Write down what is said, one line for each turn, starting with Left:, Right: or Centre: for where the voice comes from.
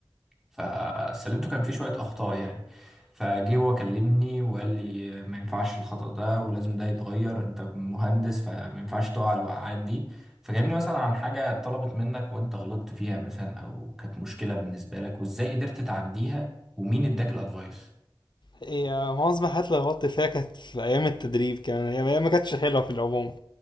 Centre: فسلمته كان فيه شوية أخطاء يعني فجه هو كلمني وقال لي ما ينفعش الخطأ ده ولازم ده يتغير أنت مهندس فما ينفعش تقع الوقعات دي فكلمني مثلا عن حاجة اتطلبت منك وأنت غلطت فيها مثلا أو كانت مشكلة بالنسبة لك وإزاي قدرت تعديها ومين اداك الأدفايس
Left: هي معظم الحاجات اللي غلطت فيها كانت في أيام التدريب كمان هي هي ما كانتش حلوة في العموم